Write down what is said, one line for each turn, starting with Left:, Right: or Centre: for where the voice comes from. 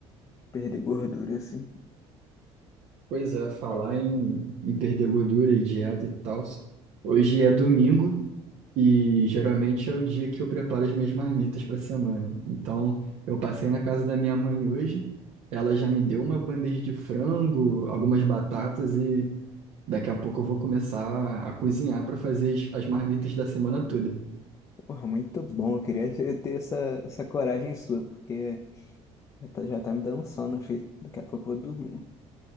Left: perder gordura, assim.
Right: Pois é, falar em, em perder gordura e dieta e tal. Hoje é domingo E geralmente é o dia que eu preparo as minhas marmitas para a semana. Então, eu passei na casa da minha mãe hoje, ela já me deu uma bandeja de frango, algumas batatas e daqui a pouco eu vou começar a cozinhar para fazer as, as marmitas da semana toda.
Left: Porra, muito bom. Eu queria <laughs> ter essa, essa coragem sua, porque já tá, já tá me dando sono, filho. Daqui a pouco eu vou dormir.